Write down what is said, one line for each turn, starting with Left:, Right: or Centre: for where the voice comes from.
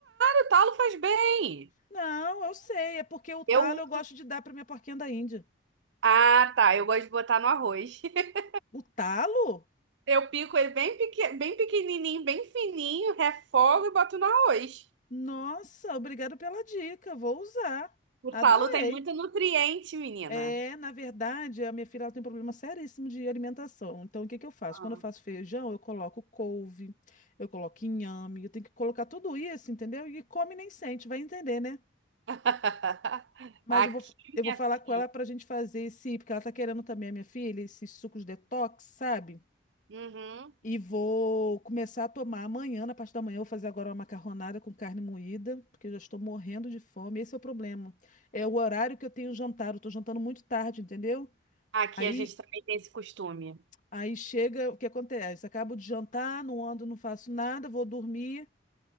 Right: O talo faz bem.
Left: Não, eu sei, é porque o talo
Right: Eu uso.
Left: eu gosto de dar para minha porquinha da Índia.
Right: Ah, tá. Eu gosto de botar no arroz. <laughs>
Left: O talo?
Right: Eu pico ele bem, pequ... bem pequenininho, bem fininho, refogo e boto no arroz.
Left: Nossa, obrigado pela dica, vou usar.
Right: O
Left: Adorei.
Right: talo tem muito nutriente, menina.
Left: É, na verdade, a minha filha ela tem um problema seríssimo de alimentação. Então, o que que eu faço?
Right: Ah.
Left: Quando eu faço feijão, eu coloco couve, eu coloco inhame, eu tenho que colocar tudo isso, entendeu? E come nem sente, vai entender, né?
Right: <laughs>
Left: Mas
Right: Aqui,
Left: eu vou, eu
Right: minha
Left: vou falar com
Right: filha.
Left: ela pra gente fazer esse, porque ela tá querendo também, a minha filha, esses sucos detox, sabe?
Right: Uhum.
Left: E vou começar a tomar amanhã, na parte da manhã, eu vou fazer agora uma macarronada com carne moída, porque eu já estou morrendo de fome. Esse é o problema. É o horário que eu tenho jantar, eu tô jantando muito tarde, entendeu?
Right: Aqui
Left: Aí,
Right: a gente também tem esse costume.
Left: aí chega, o que acontece? Acabo de jantar, não ando, não faço nada, vou dormir